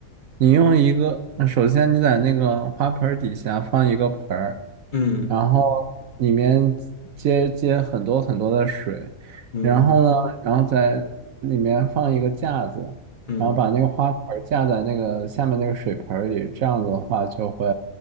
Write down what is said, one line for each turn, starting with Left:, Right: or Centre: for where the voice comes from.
Right: 你用一个，呃首先你在那个花盆儿底下放一个盆儿，
Left: 嗯
Right: 然后里面接接很多很多的水，
Left: 嗯
Right: 然后呢，然后在里面放一个架子，
Left: 嗯，
Right: 然后把那个花盆儿架在那个下面那个水盆儿里，这样子的话就会，